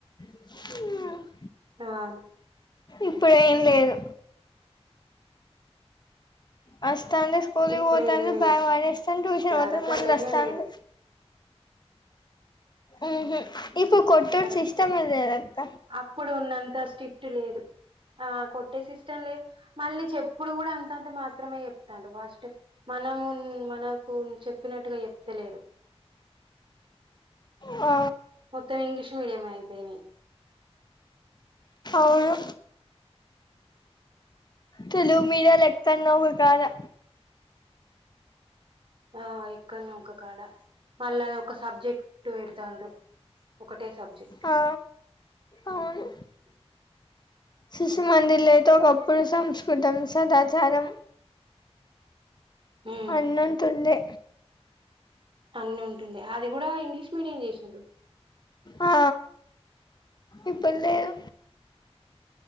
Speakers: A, on the left; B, on the right.
A: ఊహా
B: ఆవును
A: ఇప్పుడు ఏం లేదు వస్తాంది స్కూల్ కి
B: ఇప్పుడు
A: పోతాంది
B: ఏం లేదు
A: బ్యాగ్ పడేస్తరు ట్యూషన్ పోతురు
B: ఆ దగ్గర
A: మళ్ళీ
B: లేనే
A: వస్తాంది.
B: లేదు
A: ఊహు ఇప్పుడు కొట్టుడు
B: కరెక్ట్
A: సిస్టమే లేదు అక్క
B: అప్పుడు ఉన్నంత స్ట్రిక్ట్ లేదు ఆ కొట్టే సిస్టంలేదు మళ్ళీ చెప్పుడు కూడా అంతంత మాత్రమే చెప్తాండ్రు ఫస్ట్ మనము మనకు చెప్పినట్టుగా చెప్తలేరు
A: ఆ
B: మొత్తం ఇంగ్లీష్ మీడియం అయిపోయినయ్
A: వోళ్ళు తెలుగు మీడియాలు లెక్క నో ఒక కాడా
B: ఆ ఎక్కన్నా ఒక కాడా మళ్ళీ అది ఒక సబ్జెక్ట్ టూ పెడతార్రు ఒకటే సబ్జెక్ట్
A: ఆ అవును
B: <inaudible>
A: శిశు మందిర్ లో ఐతే ఒకప్పుడు సంస్కృతం సదాచారం
B: ఉమ్
A: అన్నం తినలే
B: అన్ని ఉంటుండే అది కూడా ఇంగ్లీష్ మీడియం చేసిండ్రు
A: ఆ ఇప్పుడు లేదు